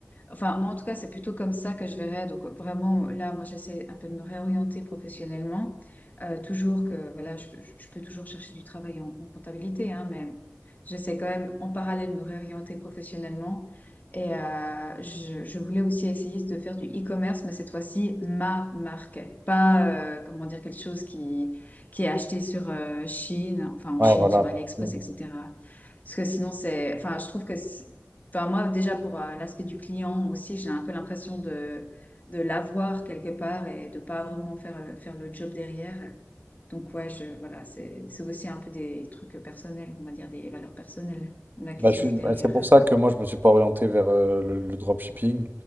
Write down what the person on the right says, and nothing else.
Ouais,
voilà.
Mm.
Bah,
je suis-
bah,
c'est pour ça que moi, je me suis pas orienté vers euh, le, le dropshipping.